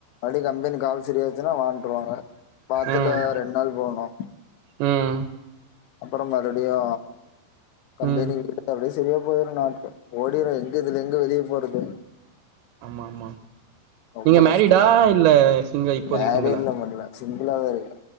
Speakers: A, on the left; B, on the right.
A: அடி கம்பெனி கால் சரியாய் ஞ்சினா வான்ட்ருவாங்க வாரத்துல
B: ம்
A: ரெண் நாள் போணு
B: ம்
A: அப்ற மறுடியு கம்பெனி
B: ம்
A: <unintelligible> அப்டியே செரியா போயிரு நாட்கள் ஓடிரு எங்க இதுல எங்க வெளிய போறது
B: ஆமா மா
A: ரொம்ப
B: நீங்க மேரிடா
A: கஷ்டம்
B: இல்ல சிங்க இப்போதைக்கு
A: மேரேஜ்லா
B: சிங்களா
A: பண்ல சிங்கிளாதா இருக்கே